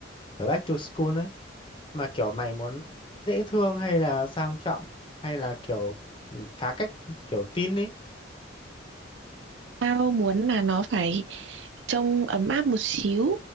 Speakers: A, on the left; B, on the right.
A: kiểu back to school ấy. Mà kiểu mày muốn dễ thương hay là sang trọng hay là kiểu ừ, phá cách kiểu teen ấy
B: Tao muốn là nó phải trông ấm áp một xíu,